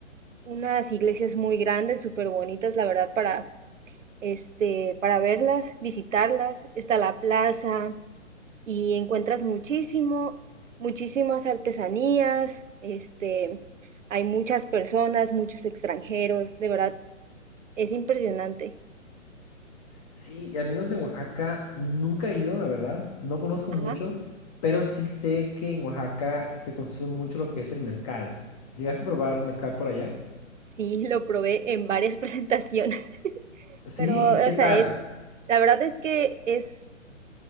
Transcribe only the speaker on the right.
unas iglesias muy grandes, súper bonitas, la verdad, para, este, para verlas, visitarlas. Está la plaza, y encuentras muchísimo, muchísimas artesanías, este, hay muchas personas, muchos extranjeros, de verdad, es impresionante.
Ajá,
sí, lo probé en varias <laughs> presentaciones,
pero, o
sea,
es, la verdad es que es